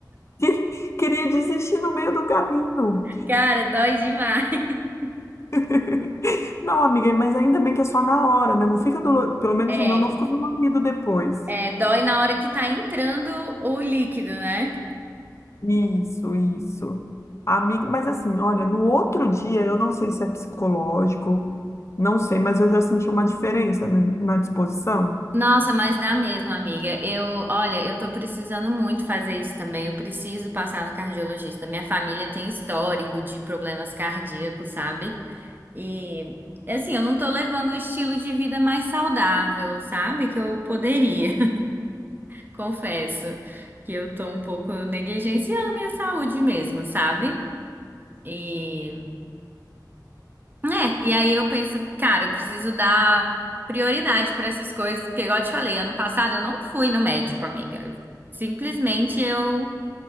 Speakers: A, on the left; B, on the right.
A: <laughs> Queria desistir no meio do caminho.
B: Cara, dói demais. <laughs>
A: <laughs> Não, amiga, mas ainda bem que é só na hora, né? Não fica dolorido. Pelo menos
B: É,
A: o meu não ficou dolorido depois.
B: é, dói na hora que tá entrando o líquido, né?
A: Isso, isso. Amiga, mas assim, olha, no outro dia, eu não sei se é psicológico, não sei, mas eu já senti uma diferença na na disposição.
B: Nossa, mas dá mesmo, amiga. Eu, olha, eu tô precisando muito fazer isso também. Eu preciso passar no cardiologista. Minha família tem histórico de problemas cardíacos, sabe? E assim, eu não tô levando o estilo de vida mais saudável, sabe? Que eu poderia. <laughs> Confesso que eu tô um pouco negligenciando minha saúde mesmo, sabe? E, né, e aí eu penso, cara, eu preciso dar prioridade para essas coisas, porque igual eu te falei, ano passado eu não fui no médico, amiga. Simplesmente eu,